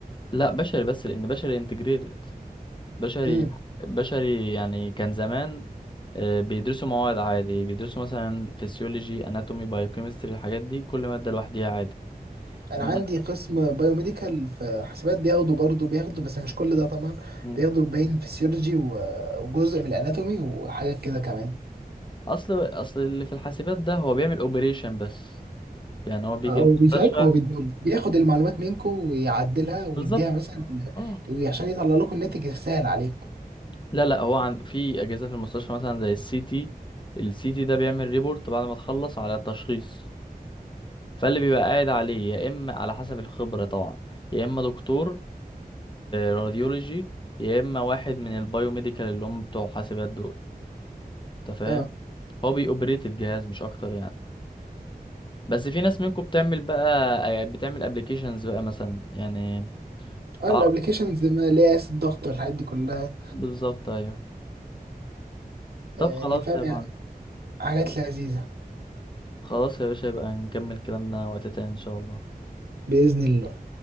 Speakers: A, on the left (about 30°); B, on the right (about 80°).
A: لا بشري بس لان بشري انتجريتد بشري
B: امم
A: بشري يعني كان زمان آه، بيدرسوا مواد عادي بيدرسوا مثلا فسيولوجي اناتومي بايوكيمستري الحاجات دي كل مادة لوحديها عادي
B: انا
A: إن
B: عندي قسم بايوميديكال في حسابات بياخدوا برضه بياخدوا بس مش كل ده طبعا
A: مم.
B: بياخدوا باين فسيولوجي و- وجزء من الاناتومي وحاجات كده كمان
A: اصل اصل اللي في الحاسبات ده هو بيعمل اوبريشن بس يعني هو بيجي
B: هو
A: المستشفى
B: بيساعدك هو بيد- بياخد المعلومات منكم ويعدلها ويديها
A: بالظبط
B: مثلا
A: اه
B: ل- عشان يطلع لكم الناتج السهل عليكم
A: لا لا هو عن في اجهزه في المستشفى مثلا زي السي تي السي تي ده بيعمل ريبورت بعد ما تخلص على التشخيص فاللي بيبقى قاعد عليه يا اما على حسب الخبره طبعا يا اما دكتور راديولوجي يا اما واحد من البايوميديكال اللي هم بتوع حاسبات دول انت فاهم
B: اه
A: هو بيوبريت الجهاز مش اكتر يعني بس في ناس منكم بتعمل بقى آه، بتعمل ابلكيشنز بقى مثلا يعني
B: اه
A: اعرف
B: الابلكيشنز اللي هي قياس الضغط والحاجات دي كلها
A: بالظبط ايوه طب
B: آه، يعني
A: خلاص
B: فاهم
A: يا معلم
B: يعني حاجات لذيذة
A: خلاص يا باشا يبقى نكمل كلامنا وقت تاني ان شاء الله
B: بإذن الله